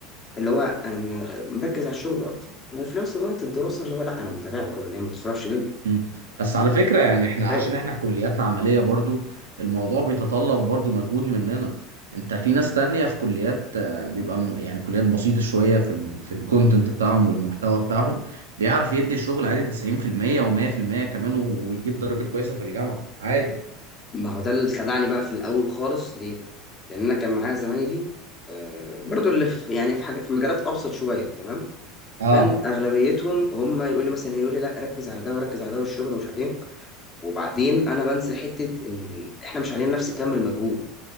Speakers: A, on the left (about 30°); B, on the right (about 80°).
A: اللي هو انا مركز على الشغل اكتر وفي نفس الوقت الدراسه اللي هو لا انا متابعها برضه ان هي ما تصرفش مني
B: مم. بس على فكرة يعني احنا
A: فاهم
B: عشان احنا كلياتنا عملية برضو الموضوع بيتطلب برضو مجهود مننا انت في ناس تانية في كليات آه، بيبقى الم... يعني كليات بسيطة شوية في ال... في الكونتنت بتاعهم والمحتوى بتاعهم بيعرف يدي الشغل عادي 90% و100% كمان و- ويجيب درجات كويسة في الجامعة عادي
A: ما هو ده اللي خدعني بقى في الاول خالص ليه؟ لان انا كان معايا زمايلي آه، برضو اللي في يعني في حاجه في مجالات ابسط شويه تمام
B: اه
A: كان اغلبيتهم هم يقول لي مثلا يقول لي لا ركز على ده وركز على ده والشغل ومش عارف ايه وبعدين انا بنسى حته ان احنا مش علينا نفس كم المجهود